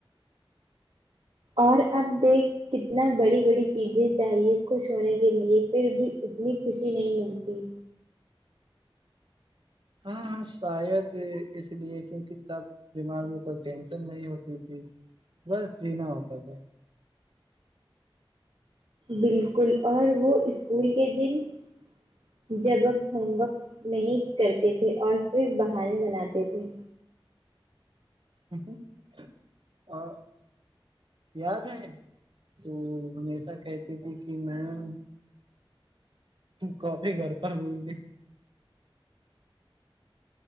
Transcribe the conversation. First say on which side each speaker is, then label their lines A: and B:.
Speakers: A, on the right; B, on the right.
A: اور اب دیکھ کتنا بڑی بڑی چیزیں چاہیے خوش ہونے کے لیے پھر بھی اتنی خوشی نہیں ملتی
B: ہاں ہاں شاید اس لیے کیونکہ تب دماغ میں کوئی ٹینشن نہیں ہوتی تھی بس جینا ہوتا تھا
A: بالکل اور وہ اسکول کے دن جب جب ہوم ورک نہیں کرتے تھے اور پھر بہانے بناتے تھے
B: <unintelligible> اور یاد ہے تو ہمیشہ کہتی تھی کہ میم کاپی گھر پر بھول گئ